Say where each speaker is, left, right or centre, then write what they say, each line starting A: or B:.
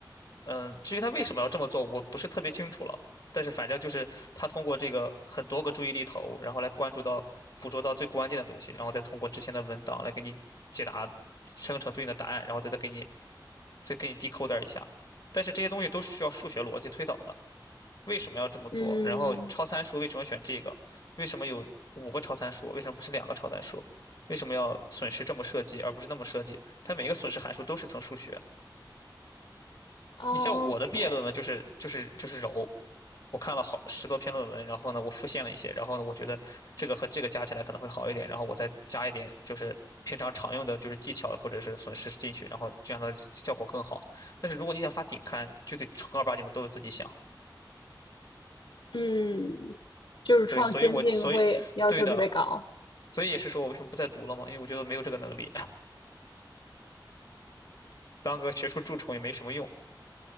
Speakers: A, on the left; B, on the left.
A: 嗯，至于它为什么要这么做，我不是特别清楚了。但是反正就是它通过这个很多个注意力头，然后来关注到捕捉到最关键的东西，然后再通过之前的文档来给你解答，生成对应的答案，然后再再给你再给你 decoder 一下。但是这些东西都是需要数学逻辑推导的。为什么要这么做？
B: 嗯
A: 然后超参数为什么选这个？为什么有五个超参数？为什么不是两个超参数？为什么要损失这么设计而不是那么设计？它每个损失函数都是层数学。
B: ，OK，
A: 你像我的毕业论文就是就是就是揉，我看了好十多篇论文，然后呢我复现了一些，然后呢我觉得这个和这个加起来可能会好一点，然后我再加一点就是平常常用的就是技巧或者是损失进去，然后这样的效果更好。但是如果你想发顶刊，就得正儿八经的都是自己想。
B: 嗯，就是创新性会要求特别高。
A: 对，所以我所以对的，所以也是说我为什么不再读了嘛，因为我觉得没有这个能力，<laughs> 当个学术蛀虫也没什么用，